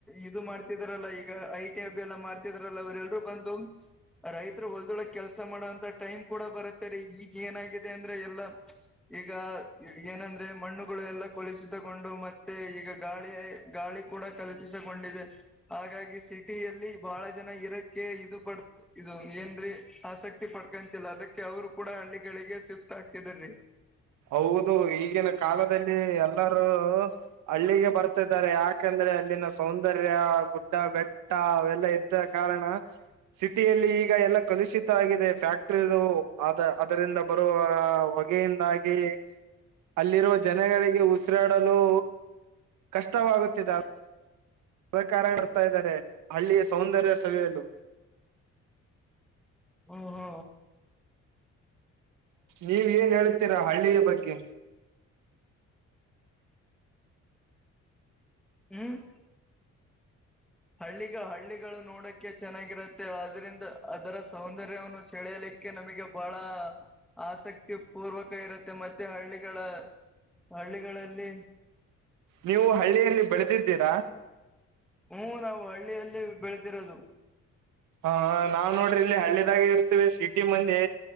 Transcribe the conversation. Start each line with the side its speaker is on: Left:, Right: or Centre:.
Centre: ಇದು ಮಾಡ್ತಿದ್ರಲ್ಲ ಈ ಐಟಿಅಬಿ ಎಲ್ಲ ಮಾಡ್ತಿದ್ರಲ್ಲ ಅವ್ರ ಎಲ್ರರು ಬಂದು ರೈತರ ಹೊಲ್ದೊಳಗ್ ಕೆಲ್ಸ ಮಾಡೋಂತ ಟೈಮ್ ಕೂಡ ಬರುತ್ತೆ ರೀ ಈಗ ಏನಾಗಿದೆ ಅಂದ್ರೆ ಎಲ್ಲಾ. ಈಗಾ ಏನಂದ್ರೆ ಮಣ್ಣು ಗಳು ಎಲ್ಲ ಕಲುಷಿತಗೊಂಡು ಮತ್ತೆ ಈಗ ಗಾಳಿಯ ಗಾಳಿ ಕೂಡ ಕಲುತಿಸಗೊಂಡಿದೆ. ಹಾಗಾಗಿ ಸಿಟಿಯಲ್ಲಿ ಬಹಳ ಜನ ಇರಕ್ಕೆ ಇದು ಪಡ್ ಇದು ಏನರಿ. ಆಸಕ್ತಿ ಪಡ್ಕೊಂತಲ್ಲ ಅದಕ್ಕೆ ಅವ್ರು ಕೂಡ ಹಳ್ಳಿಗಳಿಗೆ ಶಿಫ್ಟ್ ಆಗ್ತಿದಾರೀ.
Right: ಹೌದು ಈಗಿನ ಕಾಲದಲ್ಲಿ ಎಲ್ಲರೂ ಹಳ್ಳಗೆ ಬರ್ತಿದಾರೆ ಯಾಕಂದ್ರೆ ಅಲ್ಲಿನ ಸೌಂದರ್ಯ ಗುಡ್ಡ ಬೆಟ್ ಟ್ಟಾ ಅವೆಲ್ಲ ಇದ್ದ ಕಾರಣ. ಸಿಟಿಯಲ್ಲಿ ಈಗ ಎಲ್ಲ ಕಲುಷಿತ ಆಗಿದೆ ಫ್ಯಾಕ್ಟರಿದು ಅದ್ ಅದರಿಂದ ಬರುವ ಹೊಗೆಯಿಂದ. ದಾಗಿ ಅಲ್ಲಿರುವ ಜನಗಳಿಗೆ ಉಸಿರಾಡಲು. ಕಷ್ಟವಾಗುತ್ತಿದೆ.
Centre: <inaudible>
Right: ಸಹಕಾರ ಬರ್ತಾ ಇದ್ದಾರೆ ಹಳ್ಳಿಯ ಸೌಂದರ್ಯ ಸವಿಯಲು
Centre: ಹಾ ಹಾ.
Right: ನೀವ ಏನ್ ಹೇಳತ್ತಿರಾ ಹಳ್ಳಿಯ ಬಗ್ಗೆ.
Centre: ಹ್ಮ್. ಹಳ್ಳಿಗ ಹಳ್ಳಿಗಳು ನೋಡಕ ಚೆನ್ನಾಗಿರುತ್ತೆ ಆದ್ರಂದ ಅದರ ಸೌಂದರ್ಯವನ್ನು ಸೆಳೆಯಲಿಕ್. ಕ್ಕೆ ನಮಗೆ ಬಹಳ ಆಸಕ್ತಿ ಪೂರ್ವಕ ಇರುತ್ತೆ ಮತ್ತೆ ಹಳ್ಳಿಗಳ ಹಳ್ಳಿಗಳಲ್ಲಿ
Right: ನೀವು ಹಳ್ಳಿಯಲ್ಲಿ ಬೆಳೆದಿದ್ದೀರಾ.
Centre: ಹು ನಾವು ಹಳ್ಳಿಯಲ್ಲಿ ಬೆಳೆದಿರೋದು.
Right: ಹಾ ನಾವ್ ನೋಡ್ರಿ ಇಲ್ಲಿ ಹಳ್ಳಿನಾಗ ಇರ್ತವಿ ಸಿಟಿ ಮಂದಿ.